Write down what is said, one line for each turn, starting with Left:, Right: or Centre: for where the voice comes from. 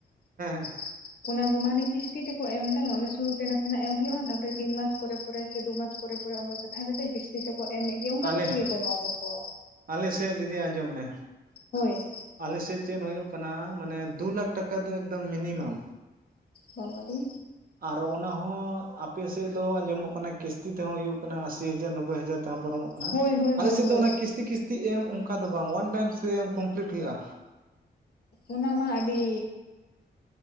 Right: ᱦᱮᱸ ᱦᱮᱸ
Left: <inaudible> ᱚᱱᱟ ᱜᱚ ᱢᱟᱱᱮ ᱠᱤᱥᱛᱤ ᱛᱮᱠᱚ ᱮᱢ ᱫᱟ ᱚᱱᱟ ᱥᱩᱨᱩ ᱛᱮ ᱱᱟᱥᱮᱱᱟᱜ ᱮᱢ ᱦᱩᱭᱩᱜᱼᱟ, ᱛᱟᱯᱚᱨᱮ ᱛᱤᱱ ᱢᱟᱥ ᱯᱚᱨᱮ ᱯᱚᱨᱮ ᱥᱮ ᱫᱩ ᱢᱟᱥ ᱯᱚᱨ ᱯᱚᱨᱮ ᱚᱱᱠᱟ ᱠᱟᱛᱮ ᱛᱟᱦᱮᱸ ᱠᱟᱛᱮᱜ ᱠᱤᱥᱛᱤ ᱛᱮᱠᱚ ᱮᱢᱮᱫ ᱜᱮ᱾ ᱚᱱᱠᱟ
Right: ᱟᱞᱮ
Left: ᱠᱟᱛᱮᱜ ᱜᱮ ᱠᱚᱨᱟᱣ ᱫᱟᱠᱚ
Right: ᱟᱞᱮ ᱥᱮᱫ ᱫᱤᱫᱤ ᱟᱸᱡᱚᱢ ᱢᱮ᱾
Left: ᱦᱳᱭ
Right: ᱟᱞᱮᱥᱮᱫ ᱪᱮᱫ ᱦᱩᱭᱩᱜ ᱠᱟᱱᱟ᱾ ᱢᱟᱱᱮ ᱫᱩ ᱞᱟᱠᱷ ᱴᱟᱠᱟ ᱫᱚ ᱮᱠᱫᱚᱢ ᱢᱤᱱᱤᱢᱟᱢ
Left: ᱵᱟᱵᱟᱨᱮ᱾
Right: ᱟᱨ ᱚᱱᱟ ᱦᱚᱸ ᱟᱯᱮ ᱥᱮᱫ ᱫᱚ ᱟᱸᱡᱚᱢᱚᱜ ᱠᱟᱱᱟ ᱠᱤᱥᱛᱤ ᱛᱮᱦᱚᱸ ᱦᱩᱭᱩᱜ ᱠᱟᱱᱟ ᱟᱥᱤ ᱦᱟᱡᱟᱨ ᱱᱚᱵᱽᱵᱳᱭ ᱦᱟᱡᱟᱨ ᱛᱮᱦᱚᱸ ᱯᱟᱨᱚᱢᱚᱜ ᱠᱟᱱᱟ᱾
Left: ᱦᱳᱭ ᱦᱳᱭ
Right: ᱟᱞᱮ
Left: ᱦᱳᱭ
Right: ᱥᱮᱫ
Left: ᱦᱳᱭ
Right: ᱫᱚ ᱚᱱᱟ ᱠᱤ ᱠᱤᱥᱛᱤ ᱠᱤᱥᱛᱤ ᱮᱢ ᱚᱝᱠᱟ ᱫᱚ ᱵᱟᱝᱼᱟ᱾ᱚᱣᱟᱱ ᱴᱟᱭᱤᱢᱥ ᱛᱮ ᱮᱢ ᱠᱚᱢᱯᱞᱤᱴ ᱦᱩᱭᱩᱜᱼᱟ᱾
Left: ᱚᱱᱟ ᱢᱟ ᱟᱰᱤ